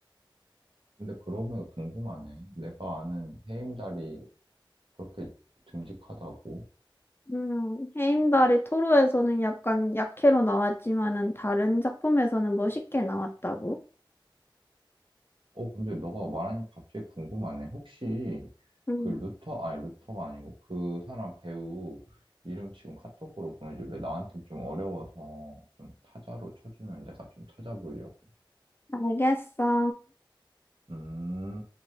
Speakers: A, on the right (about 75°); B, on the left (about 25°).
A: 근데 그러고 보니까 궁금하네. 내가 아는 헤임달이 그렇게 듬직하다고?
B: 음, 해임달이 토르에서는 약간 약해로 나왔지만은 다른 작품에서는 멋있게 나왔다고.
A: 어, 근데 너가 말하니 갑자기 궁금하네. 혹시
B: 음,
A: 그 루터, 아니 루터가 아니고 그 사람 배우 이름 지금 카톡으로 보내줄래? 나한테 좀 어려워서 좀 타자로 쳐주면 내가 좀 찾아보려고.
B: 알겠어.
A: 음,